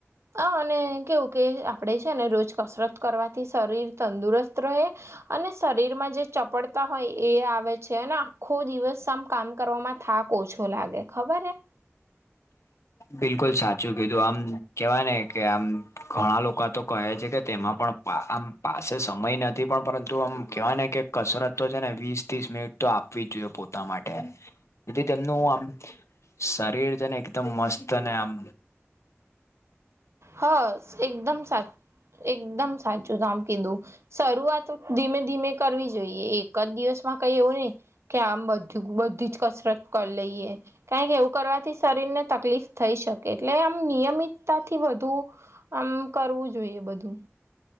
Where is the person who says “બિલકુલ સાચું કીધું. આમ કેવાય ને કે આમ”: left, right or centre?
Left